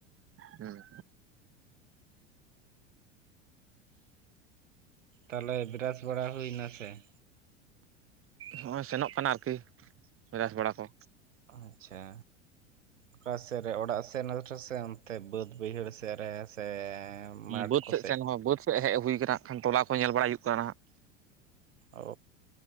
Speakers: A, on the right (about 35°); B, on the right (about 85°).
A: ᱦᱩᱸ
B: ᱛᱟᱦᱞᱮ ᱵᱨᱟᱥ ᱵᱟᱲᱟ ᱦᱩᱭ ᱮᱱᱟ ᱥᱮ ᱵᱟᱝ?
A: ᱦᱚᱸᱜᱼᱚᱭ ᱥᱮᱱᱚᱜ ᱠᱟᱱᱟ ᱟᱨ ᱠᱟᱹᱡ ᱵᱮᱨᱟᱥ ᱵᱟᱲᱟ ᱠᱚ
B: ᱟᱪᱪᱷᱟ ᱚᱠᱟ ᱥᱮᱫ ᱨᱮ ᱚᱲᱟᱜ ᱥᱮᱫ ᱥᱮ ᱚᱱᱛᱮ ᱵᱟᱹᱫᱽ ᱵᱟᱹᱭ ᱦᱟᱹᱲ ᱥᱮᱫ ᱨᱮ ᱥᱮ ᱢᱟᱴᱷ
A: ᱵᱟᱹᱫᱽ
B: ᱠᱚᱥᱮᱡ᱾
A: ᱥᱮᱫ ᱥᱮᱱ <unintelligible> ᱦᱮᱡ ᱦᱩᱭ ᱟᱠᱟᱱᱟ ᱟᱠᱷᱟᱱ ᱛᱚᱞᱟ ᱠᱚ ᱧᱮᱞ ᱵᱟᱲᱟ ᱦᱩᱭᱩᱜ ᱠᱟᱱᱟ ᱦᱟᱸᱜ᱾
B: ᱚ